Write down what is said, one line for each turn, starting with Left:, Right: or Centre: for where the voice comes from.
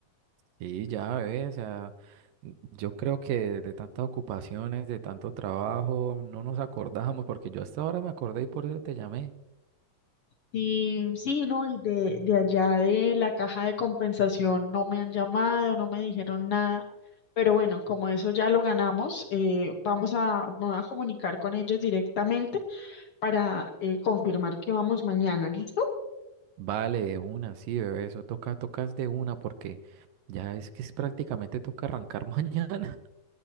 Right: Sí, ya, bebé, o sea, n- yo creo que de tantas ocupaciones, de tanto trabajo, no nos acordamos, porque yo hasta ahora me acordé y por eso te llamé.
Left: Sí, sí, no, y de, de allá de la caja de compensación no me han llamado, no me dijeron nada. Pero bueno, como eso ya lo ganamos, eh, vamos a, me voy a comunicar con ellos directamente para eh, confirmar que vamos mañana, ¿listo?
Right: Vale, de una, sí, bebé, eso toca, tocas de una, porque ya es que es prácticamente toca arrancar <laughs> mañana.